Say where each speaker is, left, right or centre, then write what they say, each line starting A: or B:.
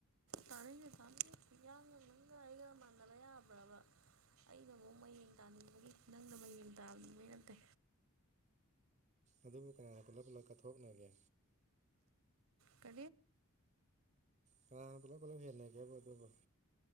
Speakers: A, on the right (about 70°); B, on the right (about 35°).
A: ꯇꯥꯅꯤꯡꯗꯦ ꯇꯥꯅꯤꯡꯗꯦ ꯏꯌꯥꯡꯒ ꯅꯪꯒ ꯑꯩꯒ ꯃꯥꯟꯅꯕ ꯌꯥꯕ꯭ꯔꯕ ꯑꯩꯅ ꯑꯃꯨꯛ ꯃꯌꯦꯡ ꯇꯥꯅꯤꯡꯕꯒꯤ ꯅꯪꯅ ꯃꯌꯦꯡ ꯇꯥꯅꯤꯡꯕꯩ ꯅꯠꯇꯦ
B: ꯑꯗꯨꯕꯨ ꯀꯅꯥꯅ ꯄꯨꯂꯞ ꯄꯨꯂꯞ ꯀꯊꯣꯛꯅꯒꯦ
A: ꯀ
B: ꯀꯥꯡ ꯄꯨꯂꯞ ꯄꯨꯂꯞ ꯍꯦꯟꯅꯒꯦꯕ ꯑꯗꯨꯒꯕꯨ